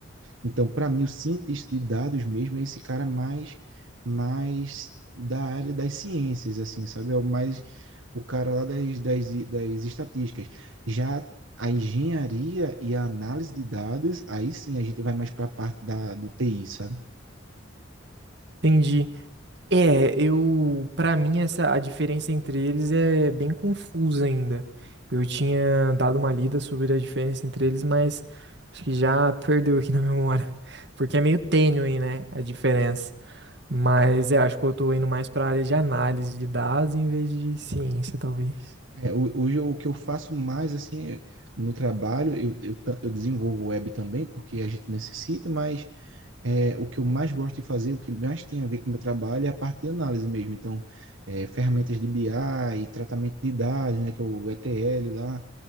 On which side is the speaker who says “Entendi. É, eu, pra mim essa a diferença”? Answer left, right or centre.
Right